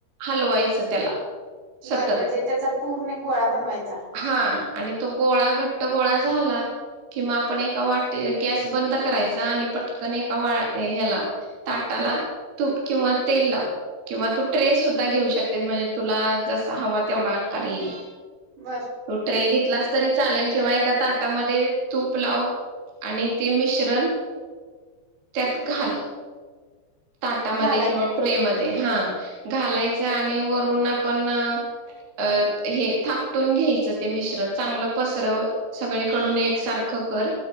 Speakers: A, on the right (about 55°); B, on the right (about 75°).
A: हलवायचं त्याला सतत
B: बरं म्हणजे त्यांचा पूर्ण एक गोळा बनवायचा.
A: हा आणि तो गोळा घट्ट गोळा झाला किंवा आपण एका वाटी गॅस बंद करायचा आणि पट कण एका वा ह्याला ताटाला तूप किंवा तेल लाव किंवा तू ट्रे सुद्धा घेऊ शकतेस म्हणजे तुला जसा हवा तेवढा आकार येईल.
B: बर
A: तू ट्रे घेत लास तरी चालेल किंवा एका ताटामध्ये तूप लावून आणि ते मिश्रण त्यात घाल. ताटामध्ये
B: घालायचा
A: किंवा ट्रे मध्ये हा. घालायच आणि वरून आपण अ हे थापटून घ्यायचं ते मिश्रण चांगलं पसरव सगळीकडून एकसारखं कर